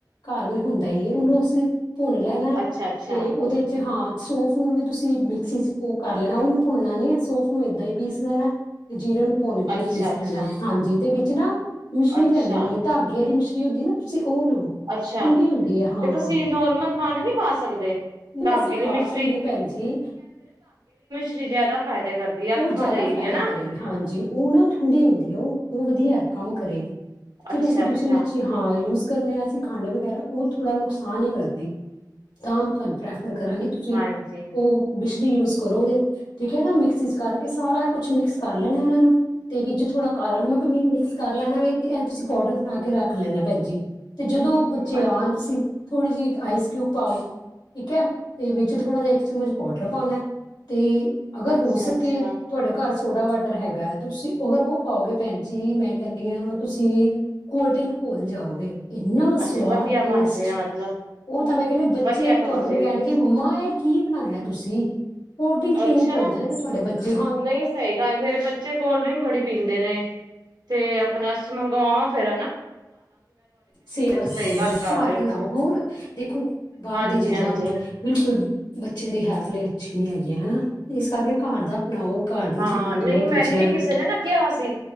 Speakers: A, on the left (about 85°); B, on the right (about 70°).
A: ਘਰ ਮ ਹੁੰਦਾ ਹੀ ਹੈ ਉਹਨੂੰ ਅਸੀਂ ਭੁੰਨ ਲੈਣਾ
B: ਅੱਛਾ, ਅੱਛਾ,
A: ਤੇ ਉਹਦੇ 'ਚ ਹਾਂ ਸੋੰਫ ਨੂੰ ਵੀ ਤੁਸੀਂ ਮਿਕਸੀ 'ਚ ਭੋ ਕਰ ਲੈਣਾ ਉਹਨੂੰ ਭੁੰਨਣਾ ਨ ਨਹੀਂ ਹੈ ਸੋਫ ਨੂੰ ਏਦਾਂ ਹੀ ਪੀਸ ਲੈਣਾ। ਤੇ ਜੀਰੇ ਨੂੰ ਭੁੰਨ ਕੇ
B: ਅੱਛਾ,
A: ਪੀਸ
B: ਅੱਛਾ,
A: ਲੈਣਾ ਹਾਂਜੀ, ਤੇ, ਵਿਚ ਨਾ ਮਿਸ਼ਰੀ
B: ਅੱਛਾ,
A: ਲੈ ਲੈਂਨੀ ਆ, ਮਧਾਗੇ ਵਾਲੀ ਮਿਸ਼ਰੀ ਹੁੰਦੀ ਨਾ ਤੁਸੀਂ ਉਹ ਲਓ,
B: ਅੱਛਾ।
A: ਠੰਡੀ ਹੁੰਦੀ ਹੈ, ਹਾਂ।
B: ਤੇ ਤੁਸੀਂ ਨੋਰਮਲ ਖੰਡ ਨਹੀਂ ਪਾ ਸਕਦੇ
A: ਵੈਸੇ
B: ਧਾਗੇ ਲਈ
A: ਪਾ
B: ਮਿਸ਼ਰੀ
A: ਸਕਦੇ ਹੋ ਭੈਣ ਜੀ।
B: ਚ, ਜ਼ਿਆਦਾ ਫਾਇਦੇ ਕਰਦੀ ਆ
A: ਉਹ
B: ਅੱਖਾਂ
A: ਜ਼ਿਆਦਾ
B: ਲਈ
A: ਫਾਇਦਾ
B: ਵੀ ਹਨਾ।
A: ਕਰੇਗੀ ਹਾਂਜੀ। ਉਹ ਨਾ, ਠੰਡੀ ਹੁੰਦੀ ਹੈ ਉਹ ਉਹ ਵਧੀਆ ਕੰਮ ਕਰੇਗੀ। ਤੇ ਜਿਹੜੀ
B: ਅੱਛਾ,
A: ਅਸੀਂ ਦੂਸਰੀ
B: ਅੱਛਾ
A: 'ਚ ਹਾਂ ਯੂਜ ੇ ਹ ਅਸੀਂ ਖੰਡ ਵਗੈਰਾ, ਉਹ ਥੋੜਾ ਨੁਕਸਾਨ ਹੀ ਕਰਦੀ, ਤਾਂ, ਮੈਂ ਤੁਹਾਨੂੰ ਪ੍ਰੈਰ ਰ ਕਰਾਂਗੇ ਤੁਸੀਂ
B: ਹਾਂਜੀ
A: ਉਹ ਮਿਸ਼ ਯੂਜ ਕਰੋਂਗੇ ਠੀਕ ਹੈ ਨਾ ਮਿਕਸੀ 'ਚ ਕਰਕੇ ਸਾਰਾ ਕੁਛ ਮਿਕਸ ਕਰ ਲੈਣਾ ਇਹਨਾਂ ਨੂੰ, ਤੇ ਵਿੱਚ ਥੋੜਾ ਕਾਲਾ ਨਮਕ ਵੀ ਮਿਕਸ ਕਰ ਲੈਣਾ ਵੇ, ਤੇ ਇਹ ਤੁਸੀਂ ਪਾਊਡਰ ਬਣਾ ਕੇ ਰੱਖ ਲੈਣਾ ਭੈਣਜੀ। ਤੇ, ਜਦੋਂ ਬੱਚੇ
B: ਅ
A: ਆਉਣ, ਤੁਸੀਂ ਥੋੜ੍ਹੀ ਜਿਹੀ ਆਈਸ-ਕਿਊਬ ਪਾਓ। ਠੀਕ ਹੈ, ਤੇ ਵਿੱਚ ਥੋੜ੍ਹਾ ਜਹਾ ਇੱਕ ਚਮਚ ਪਾੋਡਰ ਪਾਣਾ ਤੇ, ਅਗਰ
B: ਅੱਛਾ,
A: ਹੋ ਸਕੇ
B: ਅੱਛਾ।
A: ਤੇ, ਤੁਹਾਡੇ ਘਰ'ਚ ਸੋਡਾ ਵਾਟਰ ਹੈਗਾ ਹੈ, ਤੇ ਤੁਸੀਂ ਅਗਰ ਉਹ ਪਾਓਗੇ ਭੈਣ ਜੀ, ਮੈਂ ਕਹਿੰਨੀ ਹਾਂ, ਤੁਸੀਂ ਕੋਲਡ ਡਰਿੰਕ ਭੁੱਲ ਜਾਓਗੇ। ਇੰਨਾ ਸਵਾਦ
B: ਅੱਛਾ ਵਧੀਆ
A: ਟੇਸਟ
B: ਬਣ ਜਾਏਗਾ ਮਤਲਬ
A: ਉਹ ਤਾਂ ਮੈਂ ਕਹਿੰਦੇ ਬੱਚੇ
B: ਵਧੀਆ
A: ਤੁਹਾਨੂੰ
B: ਬਣ ਜਾਏਗੀ
A: ਕਹਿਣਗੇ ਮੰਮਾ ਇਹ ਕੀ ਬਣਾਇਆ ਤੁਸੀਂ ਕੋਲਡਰਿੰਕ ਪੀ
B: ਅੱਛਾ।
A: ਭੁੱਲ ਜਾਏਗਾ ਤੁਹਾਡੇੱਚੇ
B: ਨਹੀਂ ਸਹੀ ਗੱਲ ਮੇਰੇ ਬੱਚੇ ਕੋਲਡ ਡਰਿੰਕ ਬੜੀ ਪੀਂਦੇ ਨੇ ਤੇ ਆਪਣਾ ਅਸੀਂ ਮੰਗਵਾ ਫੇਿਰ
A: ਸਿਹਤ ਵਾਸਤੇ
B: ਸਹੀ ਗੱਲ
A: ਘਰ
B: ਕਰ ਰਹੇ ਹੋ
A: ਬਣਾਓ
B: ਤੁਸੀਂ।
A: ਹੋਰ ਦੇਖੋ ਬਾਹਰ
B: ਹਾਂਜੀ-ਹਾਂਜੀ
A: ਦੀ ਚੀਜ਼ਾਂ ਬਿਲਕੁਲ ਬੱਚਿਆਂ ਦੀ ਹੈਲਥ ਲਈ ਅੱਛੀ ਨੀ ਹੈਗੀ ਹਨਾ ਇਸ ਕਰਕੇ ਘਰ ਦਾ ਬਣਾਓ ਘਰ ਦੀ
B: ਹਾਂ
A: ਚੀਜ਼ਾਂ ਦਿਓ
B: ਨਹੀਂ ਮੈਨੂੰ
A: ਬੱਚਿਆਂ
B: ਵੀ
A: ਨੂੰ
B: ਕਿਸੇ ਨੇ ਨਾ ਕਿਹਾ ਸੀ